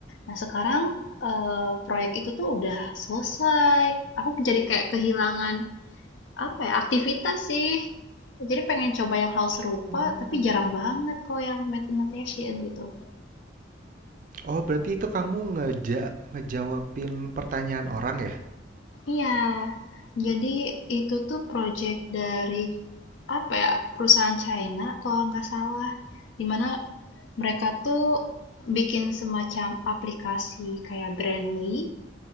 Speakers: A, on the left; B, on the right.
A: Nah, sekarang eh, proyek itu tuh udah selesai. Aku jadi kayak kehilangan apa ya, aktivitas sih. Jadi pengen coba yang hal serupa,
B: Oh.
A: tapi jarang banget kalau yang math and gitu.
B: Oh, berarti itu kamu ngeja ngejawabin pertanyaan orang ya?
A: Iya, jadi itu tuh project dari apa ya, perusahaan China kalau nggak salah. Dimana mereka tuh bikin semacam aplikasi kayak Brandly.